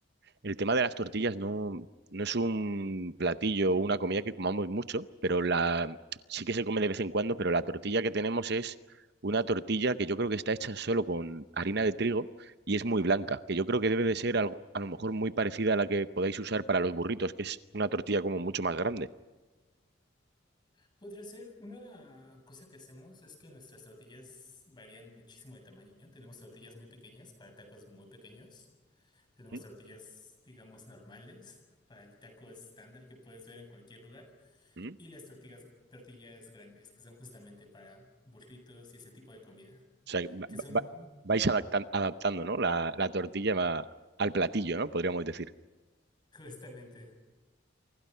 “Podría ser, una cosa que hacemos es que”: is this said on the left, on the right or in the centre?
Left